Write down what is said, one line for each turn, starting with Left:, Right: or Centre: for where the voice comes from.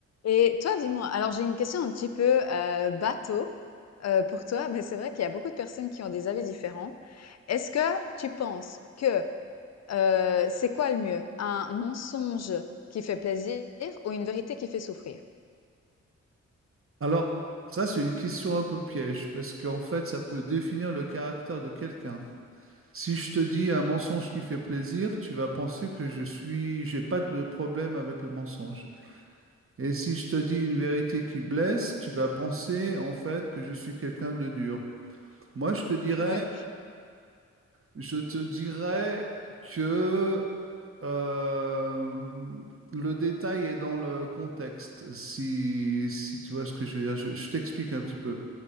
Left: Et toi, dis-moi, alors j'ai une question un petit peu euh, bateau euh, pour toi, mais c'est vrai qu'il y a beaucoup de personnes qui ont des avis différents. Est-ce que tu penses que euh, c'est quoi le mieux? Un mensonge qui fait plaisir ou une vérité qui fait souffrir?
Right: Alors, ça, c'est une question un peu piège, parce qu'en fait, ça peut définir le caractère de quelqu'un. Si je te dis un mensonge qui fait plaisir, tu vas penser que je suis, j'ai pas de problème avec le mensonge. Et si je te dis une vérité qui blesse, tu vas penser en fait que je suis quelqu'un de dur. Moi, je te dirais,
Left: Ouais.
Right: je te dirais que euh, le détail est dans le contexte. Si, si tu vois ce que je veux dire, je je t'explique un petit peu.